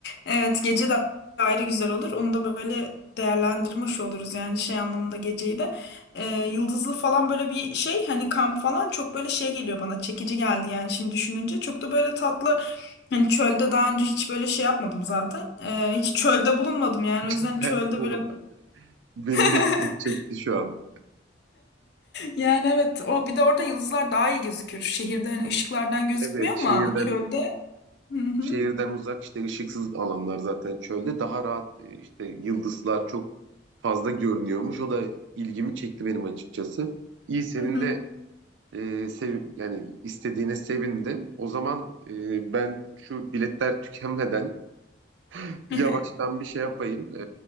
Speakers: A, on the left; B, on the right.
A: Evet gece de ayrı güzel olur. Onu da böyle değerlendirmiş oluruz yani şey anlamında geceyi de. Ee, yıldızlı falan böyle bir şey hani kamp falan çok böyle şey geliyor bana çekici geldi yani şimdi düşününce. Çok da böyle tatlı hani çölde daha önce hiç böyle şey yapmadım zaten. Ee, hiç çölde bulunmadım yani o yüzden
B: Ben
A: çölde
B: de Bolu.
A: böyle
B: Benim
A: <laughs>
B: de ilgimi çekti şu an.
A: Yani evet o bir de orada yıldızlar daha iyi gözükür. Şehirde hani ışıklardan gözükmüyor
B: Evet, şehirden
A: ama çölde. Hı hı.
B: şehirden uzak işte ışıksız alanlar zaten çölde daha rahat e, işte yıldızlar çok fazla görünüyormuş. O da ilgimi çekti benim açıkçası. İyi senin
A: Hı hı.
B: de e, sev yani istediğine sevindim. O zaman e, ben şu biletler tükenmeden <laughs> yavaştan
A: <laughs>
B: bir şey yapayım. E,